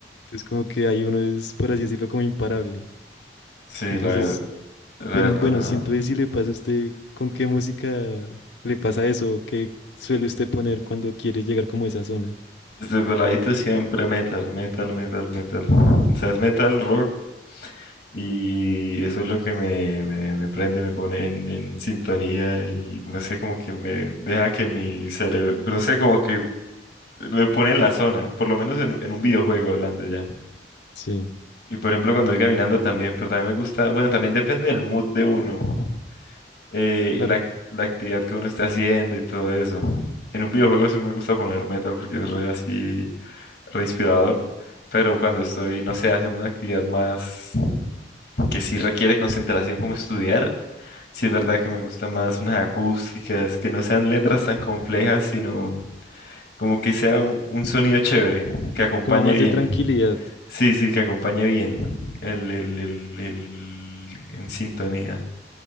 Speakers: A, on the left; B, on the left.
A: Entonces como que ahí uno es, por así decirlo, como imparable.
B: Sí,
A: Entonces,
B: la, La
A: pero
B: verdad,
A: bueno, siento que si le pasa a usted, ¿con qué música le pasa eso? ¿Qué suele usted poner cuando quiere llegar como a esa zona?
B: desde peladito siempre metal, metal, metal, metal. O sea, es metal, rock, y eso es lo que me, me, me prende, me pone en, en sintonía y no sé, como que me deja que mi cerebro, no sé, como que me pone en la zona, por lo menos en, en un videojuego hablando ya.
A: Sí,
B: Y por ejemplo, cuando voy caminando también, pero también me gusta, bueno, también depende del mood de uno, eh,
A: claro.
B: la, la actividad que uno esté haciendo y todo eso. En un videojuego sí me gusta poner metal porque es re así. respirador, pero cuando estoy, no sé, haciendo una actividad más que sí requiere concentración como estudiar, sí es verdad que me gustan más unas acústicas, que no sean letras tan complejas, sino como que sea un, un sonido chévere, que acompañe
A: como más
B: bien.
A: de tranquilidad.
B: Sí, sí, que acompañe bien el, el, el, el- en sintonía.